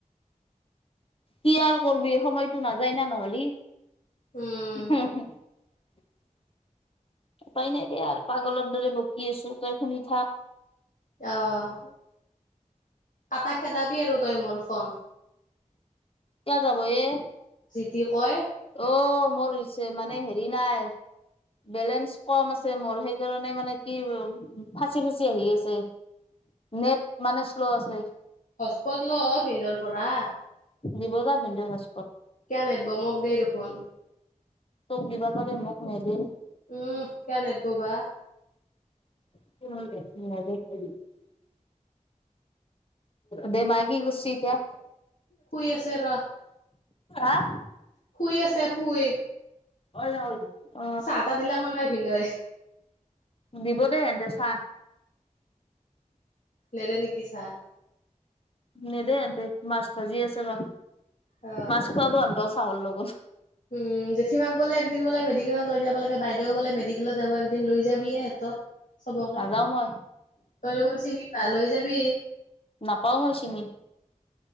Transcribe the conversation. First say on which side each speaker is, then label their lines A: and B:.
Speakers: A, on the left (about 45°); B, on the left (about 80°).
A: কি আৰ কৰিবি সময়তো নাযায় না নহ'লি।
B: উম,
A: হ হ <unintelligible>
B: <inaudible>
A: উপায় নাই দে আৰু পাগলৰ দৰে বকি আছো তই শুনি থাক।
B: আহ কাটা খেদাবি আৰু তই মোৰ ফোন,
A: কিয় যাব এ?
B: কি কয়,
A: অ মোৰ হৈছে মানে হেৰি নাই, বেলেঞ্চ কম আছে মোৰ সেইকাৰণে মানে কি ফাঁচি ফাচি আহি আছে। নেট মানে শ্ল' আছে।
B: হস্পট ল ভিনদেউৰ পৰা।
A: দিব যা ভেনিদেও এছ
B: কিয় নিদিব মোক দেই দেখোন।
A: তোক দিবা পাৰে মোক নেদে।
B: উম কেয়া নিদিব বা
A: <unintelligible> দে মাইকী গুচি এতিয়া,
B: শুই আছে ৰ,
A: আহ
B: শুই আছে শুই
A: ঐ <unintelligible> আহ
B: চাহ তাহ দিলাক নে নাই ভিনদেউৱে?
A: দিব দেই এনতে চাহ
B: নিদে নেকি ছাৰ?
A: নেদ এেতে মাছ ভাজি আছে ৰ
B: অ'।
A: মাছ খোৱাব এনত চাহলৰ লগত।
B: উম, জেঠীমাক বোলে বোলে মেডিকেলতৈ যাব লাগে বাইদেউ বোলে মেডিকেলত যাব একদিন লৈ যাবিয়েহত চবকে
A: নাযাও মই
B: তই দে কোন চিনি ভাল হৈ যাবি
A: নাপাওঁ মই চিঙি